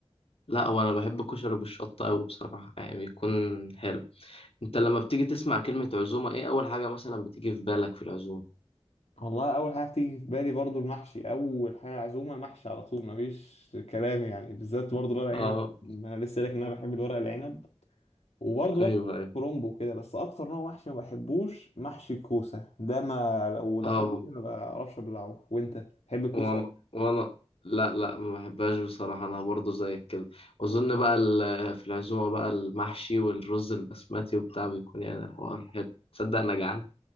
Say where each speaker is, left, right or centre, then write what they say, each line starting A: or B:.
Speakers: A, on the left (about 60°); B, on the left (about 80°).
A: لا وانا بحب كشري بالشطة قوي بصراحة يعني بيكون حلو انت لما بتيجي تسمع كلمة عزومة ايه اول حاجة مثلا بتيجي في بالك في العزومة
B: والله أول حاجة بتيجي في بالي برضو المحشي أول حاجة عزومة محشي على طول مفيش كلام يعني بالذات برضو الورق العنب
A: اه
B: أنا لسه قايلك إن أنا بحب الورق العنب وبرضو
A: ايوه
B: باكل
A: ايوه
B: كرومبو كده بس أكتر نوع محشي ما بحبوش محشي الكوسة ده ما لو دخل
A: اه
B: بقي ما بعرفش أبلعه وأنت تحب الكوسة؟
A: وانا وانا لا لا ما بحبهاش بصراحة انا برضو زيك كده واظن بقى ال- في العزومة بقى المحشي والرز البسمتي وبتاع بيكون يعني الحوار حلو تصدق انا جعان